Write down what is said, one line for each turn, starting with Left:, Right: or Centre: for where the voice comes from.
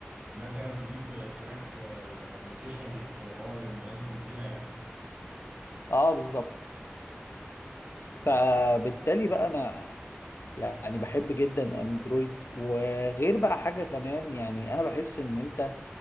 Right: مثلا تجيب كراك ابلكيشن القرآن المؤذن كده يعني
Left: اه بالظبط فبالتالي بقى انا يعني بحب جدا اندرويد وغير بقى حاجه كمان يعني انا بحس ان انت